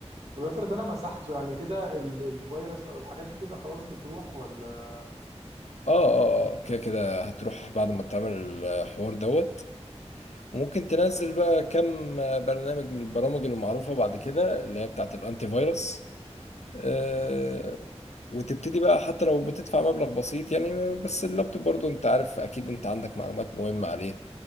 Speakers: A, on the right (about 75°); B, on the left (about 80°).
A: طب افرض انا مسحته يعني كده ال- الفيروس او الحاجات دي كده خلاص بتروح ولا
B: اه اه اه كده كده هتروح بعد ما تعمل الحوار دوت وممكن تنزل بقى كم برنامج من البرامج المعروفة بعد كده اللي هي بتاعة الأنتي فيروس آه، وتبتدي بقى حتى لو بتدفع مبلغ بسيط يعني بس اللابتوب برضو انت عارف اكيد انت عندك معلومات مهمة عليه